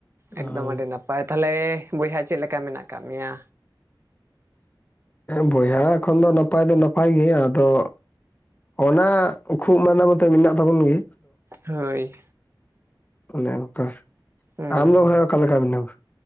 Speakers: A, on the left; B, on the right.
A: ᱦᱚᱸ᱾
B: ᱮᱠᱫᱚᱢ ᱟᱹᱰᱤ ᱱᱟᱯ᱾ ᱯᱟᱭ ᱛᱟᱦᱮᱞᱮ ᱵᱚᱭᱦᱟ ᱪᱮᱫ ᱞᱮᱠᱟ ᱢᱮᱱᱟᱜ ᱟᱠᱟᱜ ᱢᱮᱭᱟ?
A: ᱵᱚᱭᱦᱟ ᱮᱠᱷᱚᱱ ᱫᱚ ᱱᱟᱯᱟᱭ ᱫᱚ ᱱᱟᱯᱟᱭ ᱜᱮ ᱟᱫᱚ, ᱚᱱᱟ ᱠᱷᱩᱜ ᱢᱟᱸᱫᱟ ᱢᱟᱛᱚ ᱢᱤᱱᱟᱜ ᱛᱟᱵᱚᱱ ᱜᱤ᱾
B: ᱦᱳᱭ,
A: ᱚᱱᱮ ᱚᱱᱠᱟ᱾
B: ᱦᱮᱸᱦᱮᱸ᱾
A: ᱟᱢ ᱫᱚ ᱵᱚᱭᱦᱟ ᱚᱠᱟ ᱞᱮᱠᱟ ᱢᱮᱱᱟᱢᱟ?